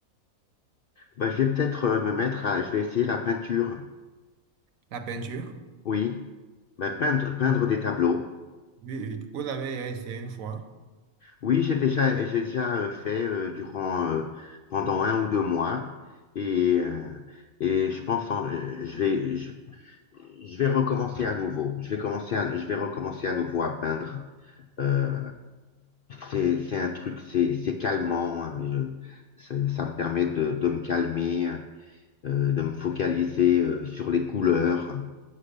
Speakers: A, on the left; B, on the right.
A: Bah, je vais peut-être euh, me mettre à, je vais essayer la peinture.
B: La peinture?
A: Oui. Bah, peindre, peindre
B: Oui,
A: des tableaux.
B: oui. Vous avez essayé une fois.
A: Oui, j'ai déjà, j'ai déjà euh, fait euh, durant, euh, pendant un ou deux mois. Et, euh, et je pense, en- euh, je vais, je, je vais recommencer à nouveau. Je vais commencer à- je vais recommencer à nouveau à peindre. Euh, c'est, c'est un truc, c'est, c'est calmant. Je- ça ça me permet de, de me calmer, euh, de me focaliser euh, sur les couleurs.